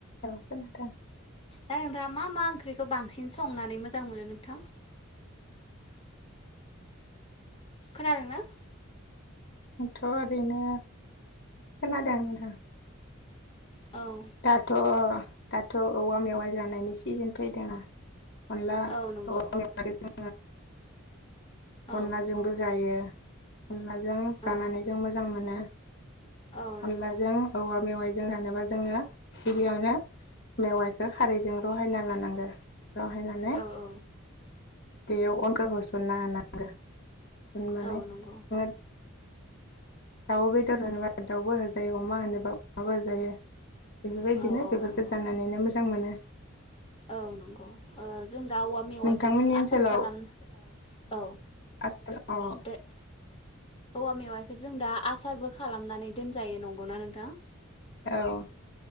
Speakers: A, on the left; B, on the left.
A: औ ओं नोंथां।
B: दा नोंथाङा मा मा ओंख्रिखौ बांसिन संनानै मोजां मोनो नोंथां। खोनादों ना?
A: आंथ' ओरैनो खोनादों नोंथां।
B: औ-
A: दाथ' दाथ' औवा मेवाइ जानायनि सिजोन फैदोंना अनला
B: औ नंगौ
A: <unintelligible>
B: औ
A: अनलाजोंबो जायो अनलाजों जानानै
B: औ
A: जों मोजां मोनो। <inaudible>
B: औ नंगौ
A: अनलाजों औवा मेवाइ- जों जानोबा जोंङो- गिबियावनो मेवाइखौ खारैजों रहायना लानांगो। राहाय नानै-
B: औ औ
A: बेयाव अनखा होसननो होनांगौ। माने
B: औ नंगौ
A: <inaudible> दाउ बेदर होनोबा दाउबो होजायो अमा होनोबा अमाबो‌ हो- जायो बेफोरबायदिनो
B: औ औ
A: बेफोरखौ
B: नंगौ
A: जानानैनो मोजां मोनो।
B: औ नंगौ ओ जों दा औवा मेवाइखौ
A: नोंथांमोननि
B: जों
A: ओनसोलाव
B: आसार खालाम औ
A: आसार औ
B: दे- औवा मेवाइखौ जों दा आसारबो खालामनानै दोनजायो नंगौना नोंथां?
A: औ